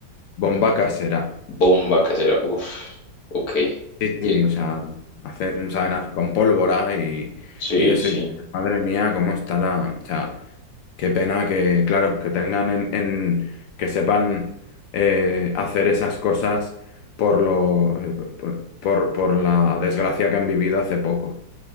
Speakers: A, on the left; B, on the left.
A: Bomba casera.
B: bomba casera. Uf, ok.
A: Sí,
B: Ye-
A: sí, o sea, hacen, saben, hacer con pólvora y,
B: Sí,
A: y eso.
B: sí.
A: Y dices, madre mía, cómo está la. O sea, qué pena que, claro, que tengan en, en- que sepan eh, hacer esas cosas por lo, eh, por, por la desgracia que han vivido hace poco.